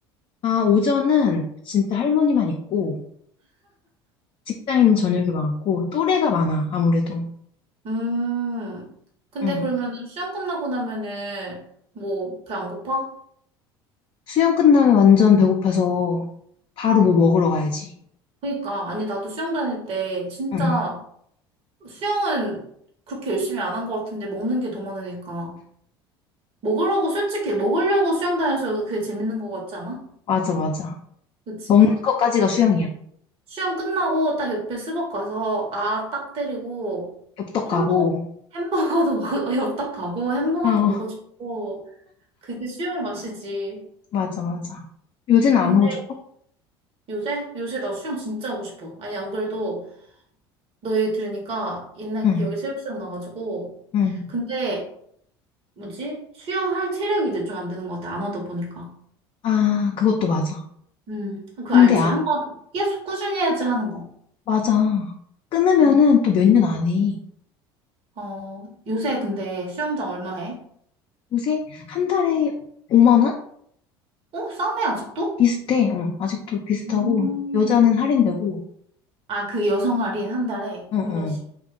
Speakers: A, on the left; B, on the right.
A: 아, 오전은 진짜 할머니만 있고, 직장인은 저녁이 많고, 또래가 많아, 아무래도.
B: 음. 근데
A: 응.
B: 그러면은 수영 끝나고 나면은 뭐 배 안 고파?
A: 수영 끝나면 완전 배고파서 바로 뭐 먹으러 가야지.
B: 그러니까 아니 나도 수영 다닐 때 진짜
A: 응,
B: 수영은 그렇게 열심히 안 한 것 같은데 먹는 게 더 많으니까 먹으려고 솔직히 먹으려고 수영 다녀서 그게 재밌는 것 같지 않아?
A: 맞아, 맞아.
B: 그치?
A: 먹는 것까지가 수영이야.
B: 수영 끝나고 딱 옆에 스벅 가서 아 딱 때리고
A: 엽떡
B: 햄버거
A: 가고.
B: 햄버거도 <laughs> 먹어 엽떡 가고 햄버거도
A: 어,
B: 먹어주고 그게 수영의 맛이지.
A: 맞아, 맞아. 요새는 안
B: 음.
A: 하고 싶어?
B: 요새? 요새 나 수영 진짜 하고 싶어. 아니, 안 그래도 너 얘기 들으니까 옛날
A: 응,
B: 기억이 새록 생각나가지고.
A: 응.
B: 근데, 뭐지? 수영할 체력이 이제 좀 안 되는 것 같아. 안 하다 보니까.
A: 아, 그것도 맞아.
B: 음, 그거
A: 근데,
B: 알지?
A: 아,
B: 한 번 계속 꾸준히 해야지 하는 거.
A: 맞아. 끊으면은
B: 음.
A: 또 몇 년 안 해.
B: 어, 요새 근데 수영장 얼마 해?
A: 요새 한 달에 5만 원?
B: 어? 싸네, 아직도?
A: 비슷해. 어, 아직도 비슷하고.
B: 음.
A: 여자는 할인되고.
B: 아, 그 여성 할인 한 달에
A: 어, 어.
B: 한 번씩.